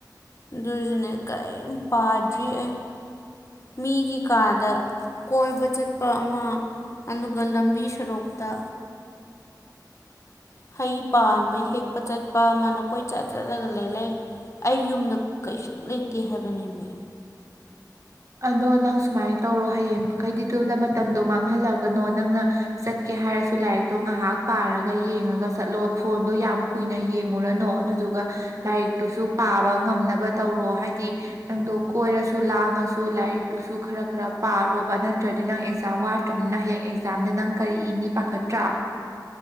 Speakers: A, on the left; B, on the right.
A: ꯑꯗꯨꯖꯤꯅꯦ ꯀꯔꯤꯝ ꯄꯥꯗ꯭ꯔꯤ ꯑꯦ ꯃꯤꯒꯤ ꯀꯥꯗ ꯀꯣꯏꯕ ꯆꯠꯄ ꯑꯃ ꯑꯅꯨꯒ ꯂꯝꯕꯤ ꯁꯣꯔꯣꯛꯇ ꯍꯩ ꯄꯥꯟꯕ ꯍꯦꯛꯄ ꯆꯠꯄ ꯑꯃ ꯅꯀꯣꯏ ꯆꯠ ꯆꯠꯂꯒ ꯂꯩ ꯂꯩ ꯑꯩ ꯌꯨꯝꯗ ꯀꯩꯁꯨꯝ ꯂꯩꯇꯦ ꯍꯥꯏꯕꯅꯦꯃꯦ
B: ꯑꯗꯣ ꯅꯪ ꯁꯨꯃꯥꯏꯅ ꯇꯧꯔꯣ ꯍꯌꯦꯡ ꯃꯈꯩꯗꯤꯗꯨꯗ ꯃꯇꯝꯗꯣ ꯃꯥꯡꯍꯜꯂꯒꯅꯣ ꯅꯪꯅ ꯆꯠꯀꯦ ꯍꯥꯏꯔꯁꯨ ꯂꯥꯏꯔꯤꯛꯇꯣ ꯉꯥꯏꯍꯥꯛ ꯄꯥꯔꯒ ꯌꯦꯡꯉꯒ ꯆꯠꯂꯣ ꯐꯣꯟꯗꯣ ꯌꯥꯝ ꯀꯨꯏꯅ ꯌꯦꯡꯉꯨꯔꯅꯨ ꯑꯗꯨꯗꯨꯒ ꯂꯥꯏꯔꯤꯛꯇꯨꯁꯨ ꯄꯥꯕ ꯉꯝꯅꯕ ꯇꯧꯔꯣ ꯍꯥꯏꯗꯤ ꯅꯪꯗꯣ ꯀꯣꯏꯔꯁꯨ ꯂꯥꯡꯉꯁꯨ ꯇꯨ ꯂꯥꯏꯔꯤꯛꯇꯨꯁꯨ ꯈꯔ ꯈꯔ ꯄꯥꯔꯣꯕ ꯅꯠꯇ꯭ꯔꯗꯤ ꯅꯪ ꯑꯦꯛꯖꯥꯝ ꯋꯥꯠꯇ꯭ꯔꯕꯅꯤꯅ ꯍꯌꯦꯡ ꯑꯦꯛꯖꯥꯝꯗ ꯅꯪ ꯀꯔꯤ ꯏꯅꯤ ꯄꯥꯈꯠꯇ꯭ꯔꯥ